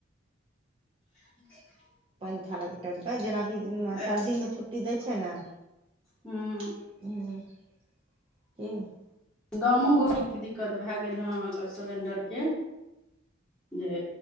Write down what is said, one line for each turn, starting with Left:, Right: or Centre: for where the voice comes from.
Centre: <unintelligible>
Right: पानि थालक टाइमपर जेनाकि
Centre: ए
Right: सर्दीमे छुट्टी दै छै ने
Centre: हूँ
Right: <unintelligible>
Centre: गामो गाड़ीके दिक्कत भए गेल हँ अहाँके सिलेण्डरके जे